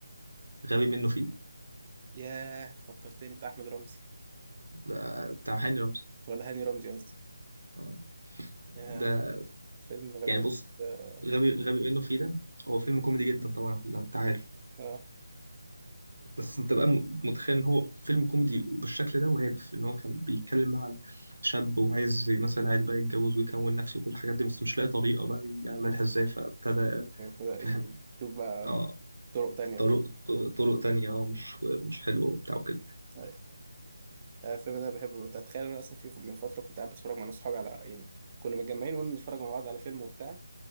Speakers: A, on the right (about 70°); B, on the right (about 25°).
A: غبي منه فيه
B: ياه فكرتني بتاع احمد رمزي
A: ده بتاع هاني رمزي
B: ولا هاني رمزي قصدي
A: آه.
B: ياه
A: ده
B: فيلم غبي
A: يعني
B: منه
A: بص
B: ده
A: غبي غبي منه فيه ده هو فيلم كوميدي جدا طبعا لا، انت عارف
B: اه
A: بس انت بقى م- متخيل ان هو فيلم كوميدي وبالشكل ده وهادف ان هو كان بيتكلم عن شاب وعايز مثلا عايز بقى يتجوز ويكون نفسه وكل الحاجات دي بس مش لاقي طريقة بقى يعملها ازاي فابتدى
B: بدأ
A: فاهم
B: يشوف بقى
A: اه
B: طرق تانية
A: طرق
B: وكده
A: طرق تانية اه مش مش حلوة وبتاع وكده
B: أيوة. آه، الفيلم ده بحبه انت هتخيل انا اصلا في من فتره كنت قاعد بتفرج مع ناس صحابي على يعني كنا متجمعين وقلنا نتفرج مع بعض على فيلم وبتاع